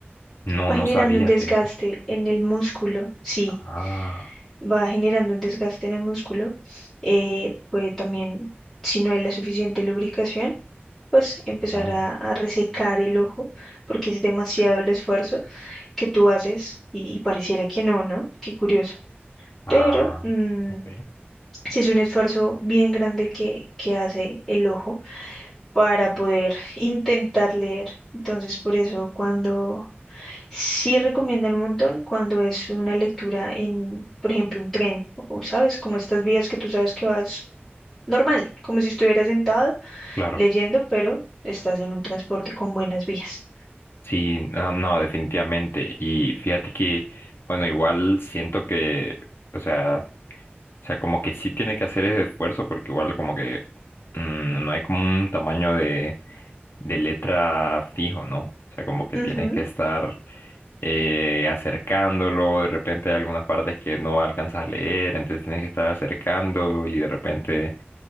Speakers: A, on the left (about 65°); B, in the centre.
A: No,
B: va
A: no
B: generando
A: sabía,
B: un desgaste
A: fíjate.
B: en el músculo, sí,
A: Ah,
B: va generando un desgaste en el músculo, eh, puede también, si no hay la suficiente lubricación, pues empezar
A: ah,
B: a, a resecar el ojo, porque es demasiado el esfuerzo que tú haces y, y pareciera que no, ¿no? Qué curioso.
A: ah,
B: Pero mm,
A: ok,
B: sí es un esfuerzo bien grande que, que hace el ojo para poder <laughs> intentar leer. Entonces, por eso cuando Sí recomiendan un montón cuando es una lectura en, por ejemplo, un tren o, ¿sabes? Como estas vías que tú sabes que vas normal, como si estuvieras sentado
A: claro.
B: leyendo, pero estás en un transporte con buenas vías.
A: Sí, no, no, definitivamente. Y fíjate que, bueno, igual siento que, o sea, o sea, como que sí tiene que hacer ese esfuerzo porque igual como que mm, no hay como un tamaño de, de letra fijo, ¿no? O sea, como que
B: Ujú,
A: tienes que estar eh, acercándolo, de repente hay algunas partes que no alcanzas a leer, entonces tienes que estar acercando y de repente,